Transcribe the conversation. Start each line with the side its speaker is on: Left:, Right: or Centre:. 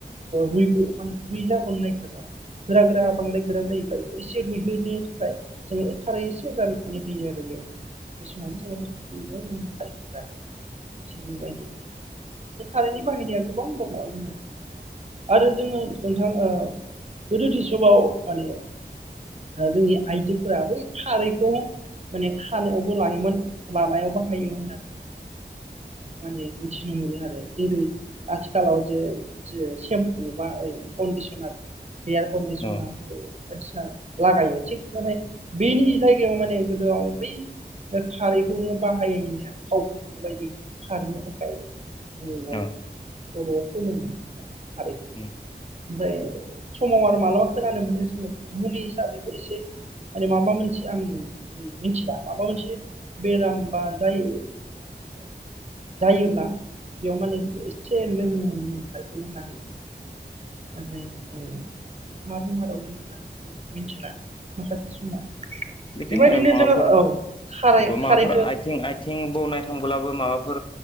Right: रुइगु माने रुै जाहोनो नागिरोबा गोरा गोरा बांद्राय गोरा जायोब्ला बेखौ एसे रुयहोनो थाखाय जोङो खारै एसे गान फलि होयो आरो बेयाव बे समावनो जायगाफोर बिदिबा जोङो खारिखौ जायो। थि बेबायदि बे कारेन्टनि बाहायनाया गोबां दङ जोङो। आरो जोङो नोंथांगोदो दि इसबाव माने जोंनि आइजोफोरा बै खारैखौ। माने खानायावबो लायोमोन लानायाव बाहायो होननानै। माने मिथि बुजनो मोनो आरो जेरै आथिखालाव जे सेम्पु बा कन्दिसनार। एयार कन्डिसना
Left: न'
Right: बायदिसिना लागायो थिग नाथाय बेनि जायगायाव माने आ बै खारैखौनो बाहायोमोन आरो थावफोरखौनो बायदि खारैनो थाखाय। माने
Left: औ
Right: खर'आव फुनोमोन खारिखौ
Left: न' न'
Right: ओमफ्राय समाव आरो मालाबा खोनानो मोनो जोङो बे मुलि हिसाबैबो एसे माने माबा मोनसे आं मिथिला माबा मोनसे बेराम बा जाय जायोब्ला बेयाव माने एसे लोङो मोनो मे हायखौ लोंना होयो आरो औ बेखौ मा बेमाराव लोंङोमोन आं बेखौ मिन्थिला माखासे समाव बेबायदिनो
Left: बिदिनो माबाफोर
Right: जोङो औ खारै
Left: माबाफोर
Right: खारैखौ
Left: आथि आथिं बौनाय थांब्ला माबा